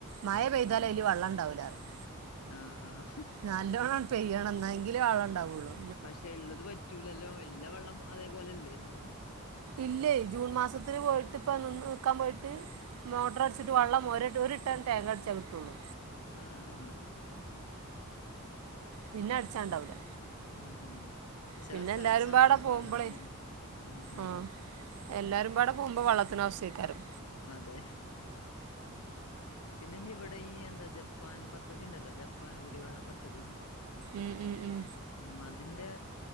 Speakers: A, on the right; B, on the left.
A: മഴ പെയ്താല്
B: ആഹ്.
A: അതില് വെള്ളം ഉണ്ടാവൂല പറയും.
B: ആഹ് ആഹ്.
A: നല്ലോണം പെയ്യണം എന്നങ്കിലെ വെള്ളണ്ടാവൊള്ളൂ
B: പക്ഷെ ഇള്ളത് വറ്റൂലല്ലോ? ഇള്ള വെള്ളം അതേപോലെല്ലേ എന്നും?
A: ഇല്ലേ ജൂൺ മാസത്തിന് പോയിട്ട് ഇപ്പ നിന്ന് നിക്കാൻ പോയിട്ട്- മോട്ടർ അടിച്ചിട്ട് വെള്ളം ഒരേ ഒരുട്ടൺ തെങ്ങ അടിച്ചാൽ കിട്ടുയുള്ളൂ
B: ആഹ് ആഹ് ആഹ്
A: പിന്നെ, അടിച്ചാണ്ടാവു ല്ല.
B: ഉം ഉം. ചെല
A: പിന്നെ
B: സ്ഥലത്ത്
A: എല്ലാരും
B: അതാണ്
A: പാട പോകുമ്പളേ
B: വെള്ളത്തിനെ. ഉം ഉം.
A: ആഹ് എല്ലാരും പാടെ പോകുമ്പോ, വെള്ളത്തിന് അവശ്യ മായിരിക്കും.
B: അതെ പിന്നെ ഇഞ്ഞ് ഇവിടെ ഈ എന്താ ജപ്പാൻ പദ്ധതി ഇണ്ടല്ലോ ജപ്പാൻ കുടിവെള്ള പദ്ധതി
A: ഉം ഉം ഉം
B: ഉം അതിന്റെ